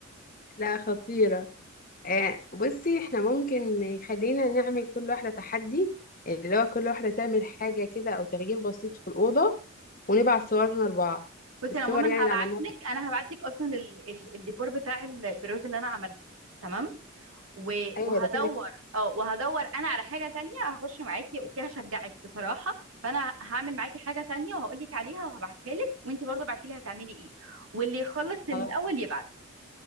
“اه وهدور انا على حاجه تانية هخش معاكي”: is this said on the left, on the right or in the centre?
Right